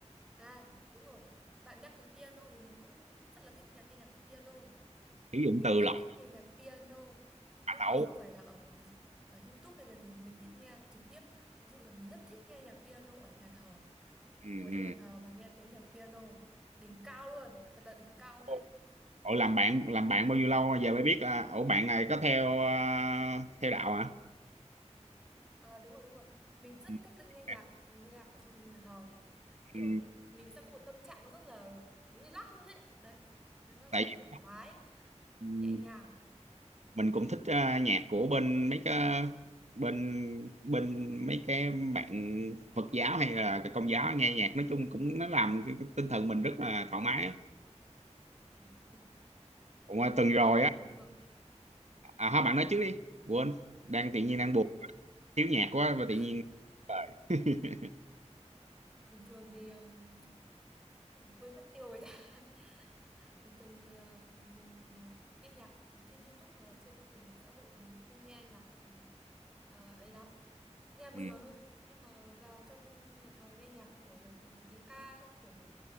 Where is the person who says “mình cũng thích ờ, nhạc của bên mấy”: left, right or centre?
Right